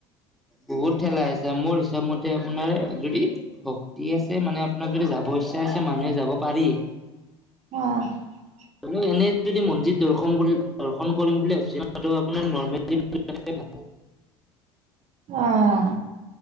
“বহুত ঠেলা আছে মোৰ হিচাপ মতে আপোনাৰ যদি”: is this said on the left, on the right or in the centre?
Centre